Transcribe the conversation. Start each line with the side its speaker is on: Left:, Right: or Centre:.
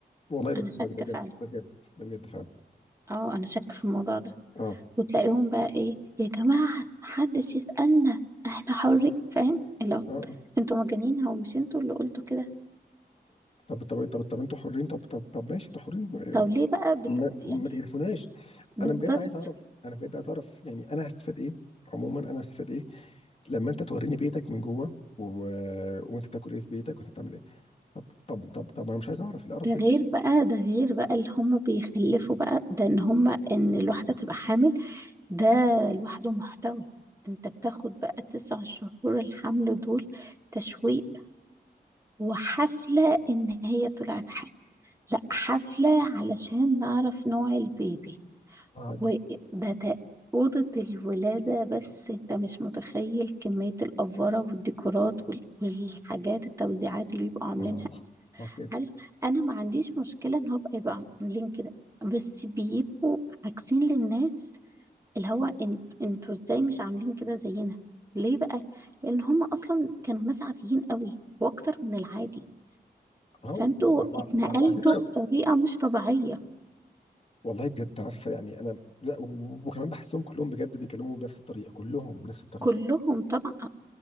Left: والله ده
Right: أنا شاكة
Left: ده ده بجد
Right: فعلا
Left: ده بجد ده بجد فعلا
Right: اه أنا شاكة في الموضوع ده
Left: اه
Right: وتلاقيهم بقى إيه يا جماعة محدش يسألنا احنا حرين فاهم لو
Left: اه آه.
Right: انتوا مجانين هو مش انتوا اللي قلتوا كده
Left: طب طب طب طب انتوا حرين طب طب طب ماشي انتوا حرين
Right: طب ليه بقى بت...
Left: ما,
Right: يعني
Left: ما تقرفوناش
Right: بالظبط
Left: انا بجد عايز اعرف انا بجد عايز اعرف يعني انا هستفاد ايه عموما انا هستفاد ايه لما انت توريني بيتك من جوه و... وانت بتاكل ايه في بيتك وانت بتعمل ايه طب طب طب طب انا مش عايز اعرف القرف
Right: ده
Left: ده
Right: غير بقى ده غير بقى اللي هم بيخلفوا بقى ده ان هم ان الواحدة تبقى حامل ده لوحده محتوى انت بتاخد بقى تسع شهور الحمل دول تشويق وحفلة ان هي طلعت حامل لا حفلة علشان نعرف نوع البيبي
Left: اه
Right: وده تا- أوضة الولادة بس انت مش متخيل كمية الأفورة والديكورات وال- والحاجات التوزيعات اللي بيبقوا عاملينها
Left: اه ما بجد
Right: عارف أنا ما عنديش مشكلة إن هو يبقى عاملين كده بس بيبقوا عاكسين للناس اللي هو انت انتوا ازاي مش عاملين كده زينا ليه بقى لان هم اصلا كانوا ناس عاديين قوي واكتر من العادي
Left: ما هو
Right: فانتوا
Left: وع- وع-
Right: اتنقلتوا
Left: وع- وعلى فكره
Right: بطريقه مش طبيعيه
Left: والله بجد عارفه يعني انا لا و- وكمان بحسهم كلهم بجد بيتكلموا بنفس الطريقه كلهم بنفس الطريقه
Right: كلهم طبعا